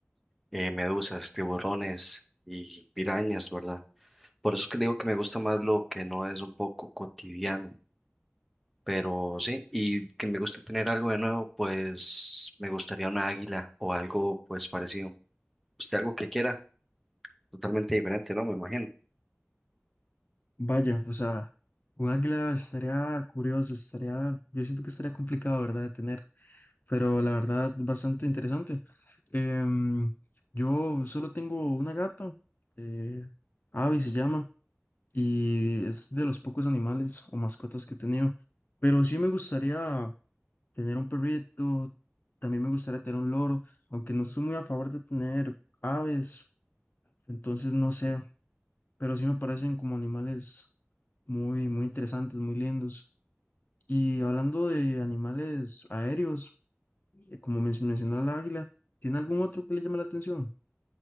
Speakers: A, in the centre; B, on the left.
A: eh, medusas, tiburones y pirañas, ¿verdad? Por eso es que le digo que me gusta más lo que no es un poco cotidiano, pero sí, y que me gusta tener algo de nuevo, pues me gustaría una águila o algo pues parecido. Usted algo que quiera, totalmente diferente, ¿no? Me imagino.
B: Vaya, o sea, un águila estaría curioso, estaría, yo siento que estaría complicado, ¿verdad? De tener, pero la verdad, bastante interesante. Em, yo solo tengo una gata, eh, Abby se llama. y es de los pocos animales o mascotas que he tenido. Pero sí me gustaría tener un perrito, también me gustaría tener un loro, aunque no estoy muy a favor de tener aves, entonces no sé, pero sí me parecen como animales muy, muy interesantes, muy lindos. Y hablando de animales aéreos, eh, como men- mencionó el águila, ¿tiene algún otro que le llame la atención?